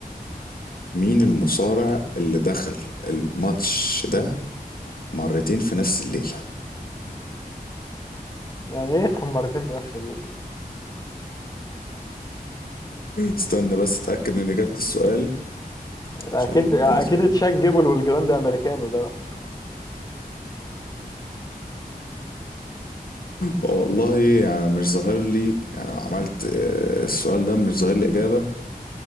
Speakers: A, on the left; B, on the left.
A: مين المصارع اللي دخل الماتش ده مرتين في نفس الليلة
B: يعني ايه يدخل مرتين في نفس الليلة
A: استنى بس اتأكد من إجابة السؤال
B: ده
A: عشان
B: اكيد اكيد
A: ما نظلمها
B: تشاك جيبل والجراند امريكانو ده بقى
A: والله يعني مش ظاهر لي يعني عملت آه، السؤال ده مش ظاهر لي إجابة